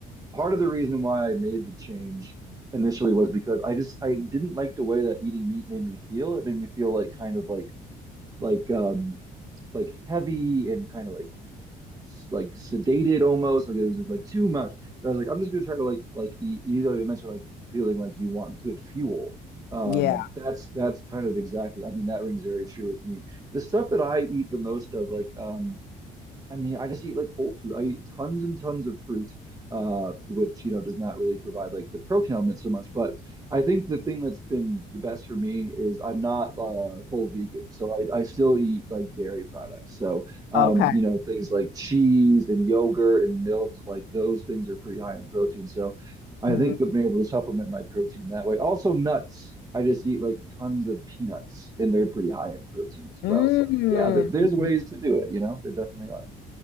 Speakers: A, on the right (about 20°); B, on the left (about 75°).
A: part of the reason why I made the change initially was because I just, I didn't like the way that eating meat made me feel. It made me feel like kind of like, like, um, like heavy and kind of like like sedated almost like it was just like too much so i was like i'm just gonna try to like like eat you know you mentioned like feeling like you want good fuel um
B: Yeah.
A: that's that's kind of exactly i mean that rings very true with me the stuff that i eat the most of like um I mean, I just eat like whole food. I eat tons and tons of fruit, uh, which, you know, does not really provide like the protein element so much. But I think the thing that's been the best for me is I'm not uh, full vegan. So I, I still eat like dairy products. So, um,
B: Okay.
A: you know, things like cheese and yogurt and milk, like those things are pretty high in protein. So I
B: Mhm.
A: think I've been able to supplement my protein that way. Also, nuts. I just eat like tons of peanuts, and they're pretty high in protein as
B: Mm.
A: well. So, yeah, th there's ways to do it, you know, there definitely are.